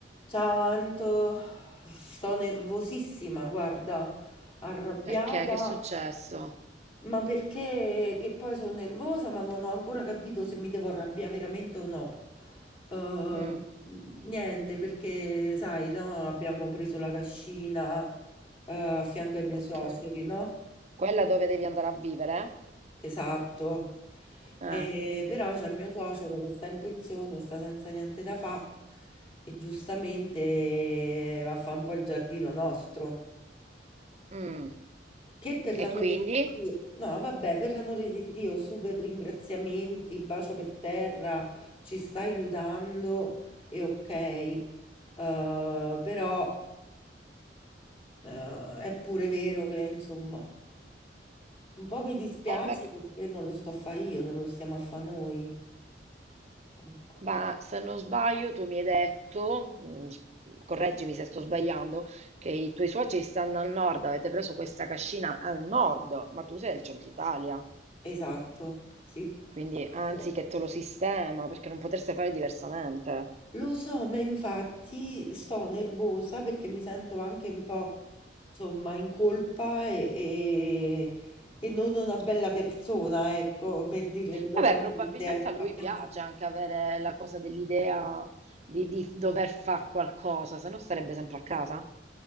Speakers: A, on the left; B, on the right.
A: Ciao Anto, sto nervosissima, guarda, arrabbiata,
B: Perché? Che è successo?
A: ma perché che poi sono nervosa, ma non ho ancora capito se mi devo arrabbiare veramente o no. Eh,
B: Mm,
A: niente, perché sai, no, abbiamo preso la cascina, eh, a fianco ai miei
B: ok.
A: suoceri, no?
B: Quella dove devi andare a vivere?
A: Esatto. E
B: Eh.
A: però c'è mio suocero che sta in pensione, sta senza niente da fa e giustamente va a fa un po' il giardino nostro.
B: Mm.
A: Che per l'amore
B: E quindi?
A: di Dio, no, vabbè, per l'amore di Dio, super ringraziamenti, bacio per terra, ci sta aiutando e ok, Eh, però eh, è pure vero che insomma. Un po' mi dispiace
B: Eh, beh,
A: perché non lo sto a fare io, non lo stiamo a fare noi. Ecco,
B: ma se non sbaglio, tu mi hai detto, mm, s- correggimi se sto sbagliando, che i tuoi suoceri stanno al nord, avete preso questa cascina al nord, ma tu sei del centro Italia,
A: esatto, sì.
B: quindi anzi
A: Esatto.
B: che te lo sistema, perché non potreste fare diversamente.
A: Lo so, ma infatti sto nervosa perché mi sento anche un po', insomma, in colpa e, e- e non una bella persona, ecco, per dirla educatamente.
B: Vabbè, probabilmente
A: eh,
B: a lui
A: a pens-
B: piace anche avere la cosa dell'idea di, di dover fare qualcosa, se no starebbe sempre a casa.